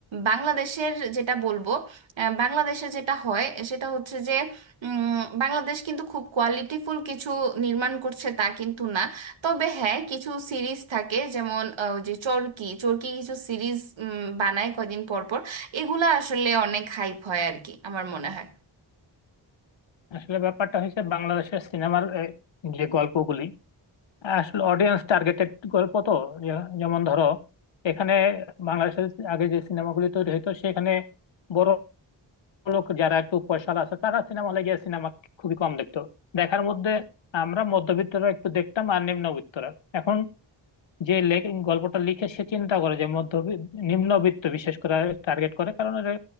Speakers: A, on the right (about 80°); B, on the left (about 75°).
A: বাংলাদেশের যেটা বলবো আহ, বাংলাদেশে যেটা হয় সেটা হচ্ছে যে উম, বাংলাদেশ কিন্তু খুব কোয়ালিটিফুল কিছু নির্মাণ করছে তা কিন্তু না তবে হ্যাঁ কিছু সিরিজ থাকে যেমন আহ, ওই যে চরকি চরকি কিছু সিরিজ বানায় কদিন পর পর এগুলা আসলে অনেক হাইপ হয় আর কি আমার মনে হয়
B: আসলে ব্যাপারটা হয়েছে বাংলাদেশের সিনেমার আহ, যে গল্পগুলি আসলে অডিয়েন্স টার্গেটেড গল্প তো যে- যেমন ধরো এখানে বাংলাদেশের আগে যে সিনেমাগুলি তৈরি হতো সেখানে বড় লোক যারা একটু পয়সাওয়ালা আছে তারা সিনেমা হলে গিয়ে সিনেমা খুবই কম দেখতো দেখার মধ্যে আমরা মধ্যবিত্তরা একটু দেখতাম আর নিম্নবিত্তরা এখন যে লেখ- গল্পটা লিখে সে চিন্তা করে যে মধ্য নিম্নবিত্ত বিশেষ করে টার্গেট করে কারণ এটা